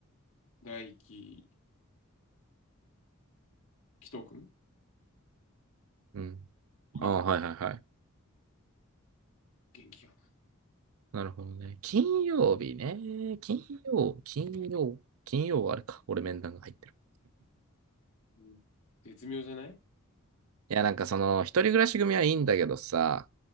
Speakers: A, on the left (about 75°); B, on the right (about 80°).
A: 大いききとくん
B: うん。
A: ?5
B: ああ、
A: 人かな
B: はいはいはい。
A: 元気かな。
B: なるほどね。金曜日ね。金曜、金曜、金曜はあれか。俺面談が入ってる。
A: うん。絶妙じゃない
B: いや、なんかその、一人暮らし組はいいんだけどさ、